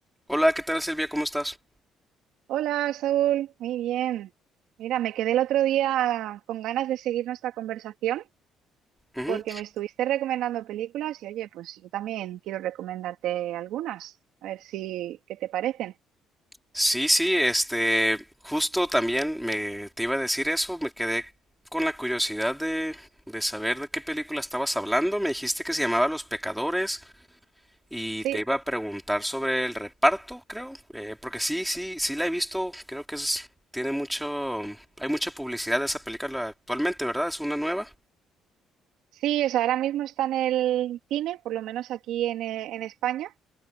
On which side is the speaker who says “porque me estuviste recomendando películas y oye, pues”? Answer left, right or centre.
Right